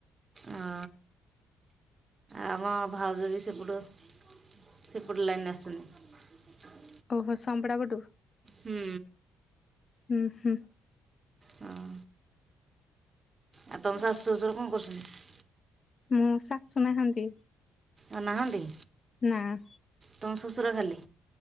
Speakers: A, on the right; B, on the left.
A: ଓ ଆଉ ଆମ ଭାଉଜ ବି ସେପଟ ସେପଟ ଲାଇନରୁ ଆସିଚନ୍ତି।
B: ଓହୋ ସମପଡା ପଟୁ?
A: ହୁଁ।
B: ହୁଁ ହୁଁ।
A: ହଁ। ଆଉ ତମ ଶାଶୁ ଶ୍ୱଶୁର କଣ କରୁଛନ୍ତି?
B: ମୋ ଶାଶୁ ନାହାନ୍ତି।
A: ଆଉ ନାହାନ୍ତି।
B: ନାଁ।
A: ତୁମ ଶଶୁର ଖାଲି?